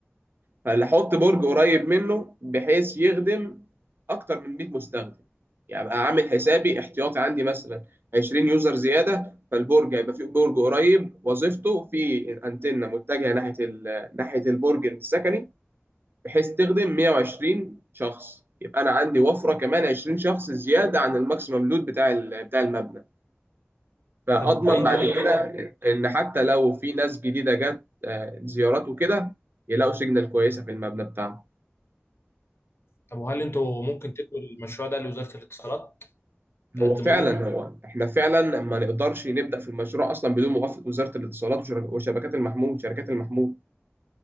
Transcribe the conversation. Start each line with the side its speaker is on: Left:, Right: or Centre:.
Right: فاحط برج قريب منه بحيث يخدم اكتر من 100 مستخدم يعني ابقى عامل حسابي احتياطي عندي مثلا 20 يوزر زياده فالبرج هيبقى فيه برج قريب وظيفته في انتنه متجهه ناحيه ال- ناحيه البرج السكني بحيث تخدم 120 شخص يبقى انا عندي وفره كمان 20 شخص زياده عن الماكسيمم لود بتاع ال- بتاع المبنى فاضمن
Left: طب انت
Right: بعد
Left: ممكن
Right: كده ان حتى لو في ناس جديده جت آه، زيارات وكده يلاقوا سيجنال كويسه في المبنى بتاعهم
Left: طب وهل انتوا ممكن تدوا المشروع ده لوزارة الاتصالات تقدموا
Right: هو فعلا
Left: ليهم
Right: هو احنا فعلا ما نقدرش نبدا في المشروع اصلا بدون موافقه وزاره الاتصالات وشر- وشبكات المحمول شركات المحمول